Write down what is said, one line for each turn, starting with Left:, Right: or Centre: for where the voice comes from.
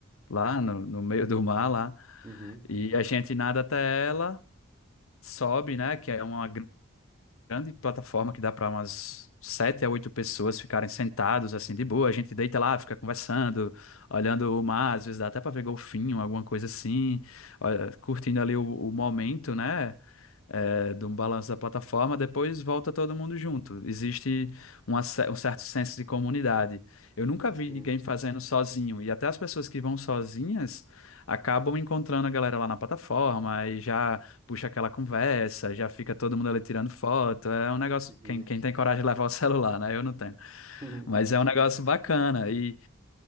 Left: lá no, no meio do mar, lá.
Right: uhum,
Left: E a gente nada até ela, sobe, né? Que é uma grande plataforma que dá para umas sete a oito pessoas ficarem sentados assim de boa. A gente deita lá, fica conversando, olhando o mar, às vezes dá até para ver golfinho, alguma coisa assim, olha, curtindo ali o, o momento, né? eh, de um balanço da plataforma, depois volta todo mundo junto. Existe uma ce- um certo senso de comunidade. Eu nunca vi
Right: sim,
Left: ninguém fazendo sozinho, e até as pessoas que vão sozinhas acabam encontrando a galera lá na plataforma e já puxa aquela conversa, já fica todo mundo ali tirando foto. É um negócio,
Right: uhum,
Left: quem, quem tem coragem de levar o <laughs> celular, né? Eu não tenho.
Right: <laughs> uhum.
Left: Mas é um negócio bacana e,